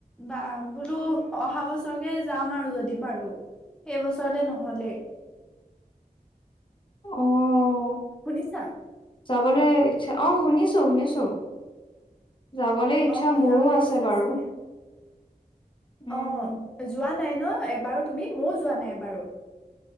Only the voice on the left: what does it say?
অ'
যাবলৈ
চ্ছা, অ' শুনিছোঁ শুনিছোঁ, যাবলৈ ইচ্ছা
মোৰো
আছে
বাৰু।
উম,